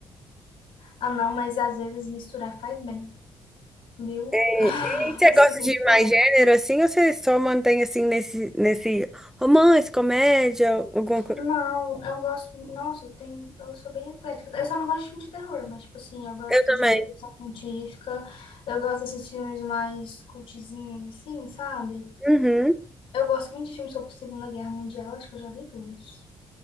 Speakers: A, on the left; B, in the centre.
A: Ah, não, mas às vezes misturar faz bem, viu?
B: E
A: <laughs>
B: e você
A: Você
B: gosta
A: tem
B: de
A: que provar.
B: mais gênero assim ou você só mantém assim nesse, nesse romance, comédia, alguma coisa?
A: Não, eu gosto. Nossa, eu tenho. Eu sou bem eclética. Eu só não gosto de filme de terror, mas, tipo assim, eu gosto
B: Eu também.
A: de ficção científica. Eu gosto desses filmes mais cultizinhos, assim, sabe?
B: Uhum.
A: Eu gosto muito de filmes sobre Segunda Guerra Mundial. Acho que eu já vi todos.